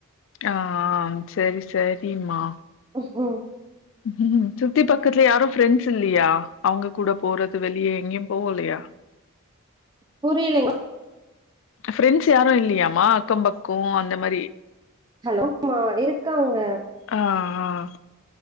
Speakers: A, on the left (about 60°); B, on the right (about 20°).
A: ஆஹ் செரி செரிம்மா
B: ஹம்
A: ஹம் சுத்தி பக்கத்துல யாரும் ஃப்ரெண்ட்ஸ் இல்லையா அவங்க கூட போறது வெளியே எங்கேயும் போவலையா
B: புரியலைங்மா
A: ஃப்ரெண்ட்ஸ் யாரும் இல்லையாமா அக்கம் பக்கம் அந்த மாதிரி
B: ஹலோ மா இருக்காங்க
A: ஆஹ் ஆஹ்